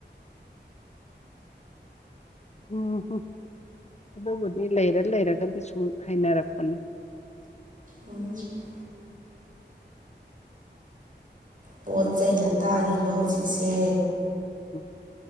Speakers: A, on the left; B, on the right.
A: ꯎꯝꯍꯨꯝ ꯑꯗꯨꯕꯨꯗꯤ ꯂꯩꯔ ꯂꯩꯔꯒꯗꯤ ꯁꯨꯝ ꯍꯩꯅꯔꯛꯄꯅꯤ
B: ꯎꯝ ꯄꯣꯠ ꯆꯩꯅ ꯇꯥꯡꯉꯤꯕ ꯍꯧꯖꯤꯛꯁꯦ
A: ꯎꯝ